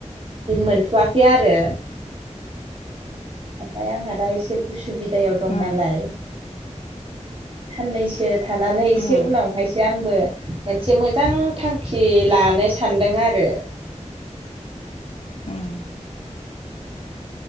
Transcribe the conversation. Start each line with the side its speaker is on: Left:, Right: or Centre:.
Right: मोनथ'वाखै आरो। ओमफाय आंहा दा एसे उसुबिदायाव दं
Left: उम
Right: नालाय साननैसो थानानै एसे
Left: उम
Right: उनावहायसो आंबो मोनसे मोजां थांखि लानो सानदों आरो।
Left: उम